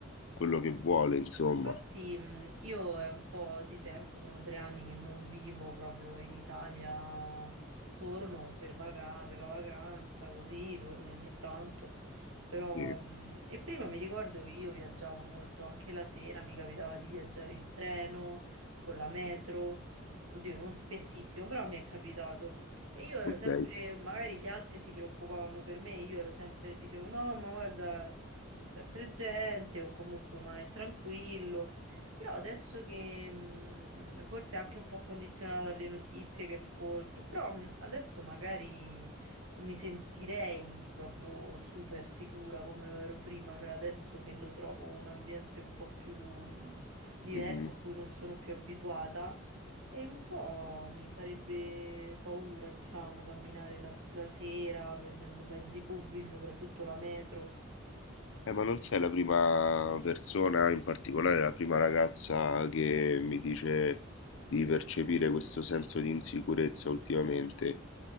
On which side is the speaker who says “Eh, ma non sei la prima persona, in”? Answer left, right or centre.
Left